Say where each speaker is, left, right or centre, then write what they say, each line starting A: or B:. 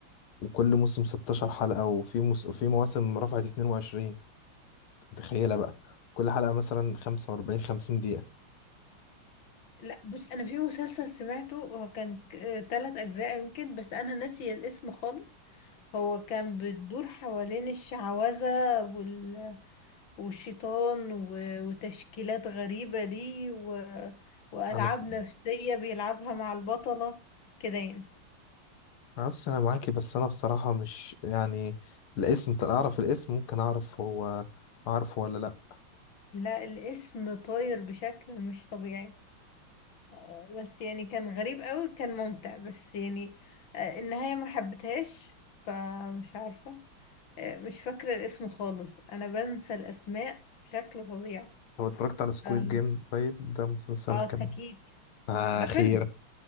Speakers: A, on the left (about 85°); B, on the left (about 70°).
A: وكل موسم 16 حلقه وفي موس... وفي مواسم رفعت 22 أنت متخيله بقى كل حلقه مثلا 45 50 دقيقه
B: لا بص انا في مسلسل سمعته هو كان ك- تلات اجزاء يمكن بس انا ناسي الاسم خالص هو كان بتدور حوالين الشعوذة وال... والشيطان و... وتشكيلات غريبة ليه و... وألعاب
A: انا بص
B: نفسية بيلعبها مع البطلة كده يعني
A: انا بص انا معاكي بس انا بصراحه مش يعني الاسم أنت اعرف الاسم ممكن اعرف هو اعرف ولا لا
B: لا الاسم طاير بشكل مش طبيعي آه، بس يعني كان غريب قوي كان ممتع بس يعني آه، النهاية ما حبيتهاش فمش عارفة آه، مش فاكرة الاسم خالص انا بنسى الاسماء بشكل فظيع
A: هو اتفرجت على سكويد
B: اه
A: جيم طيب ده مسلسل
B: آه،
A: كان
B: اكيد
A: اخيرا
B: ده فيلم